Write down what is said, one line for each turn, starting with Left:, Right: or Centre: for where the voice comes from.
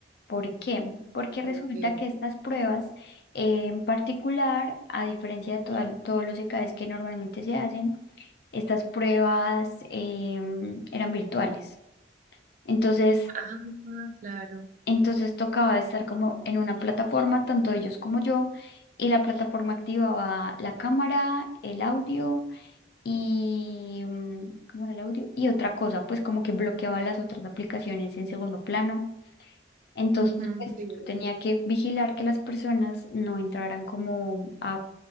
Left: ¿Por qué? Porque
Right: ok.
Left: resulta que estas pruebas eh, en particular, a diferencia de toda- todos los EKs que normalmente se hacen, estas pruebas em, eran virtuales. Entonces,
Right: Ah, claro.
Left: entonces tocaba estar como en una plataforma, tanto ellos como yo, y la plataforma activaba la cámara, el audio y mm, ¿cómo era el audio? Y otra cosa, pues como que bloqueaba las otras aplicaciones en segundo plano. Entonces,
Right: Ujú,
Left: pues
Right: sí.
Left: yo tenía que vigilar que las personas no entraran como a,